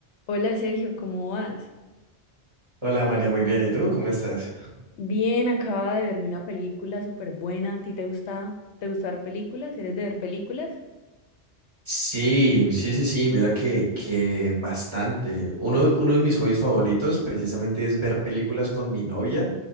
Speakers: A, on the left; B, on the right.
A: Hola Sergio, ¿cómo vas?
B: Hola María, muy bien. ¿Y tú? ¿Cómo estás?
A: Bien, acaba de verme una película súper buena. ¿A ti te gusta, te gusta ver películas? ¿Eres de ver películas?
B: Sí, sí, sí, sí, mira que, que bastante. Uno, uno de mis hobbies favoritos precisamente es ver películas con mi novia,